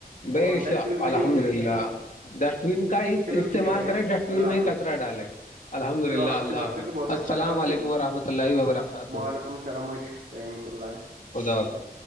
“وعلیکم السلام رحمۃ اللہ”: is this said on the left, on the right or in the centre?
Right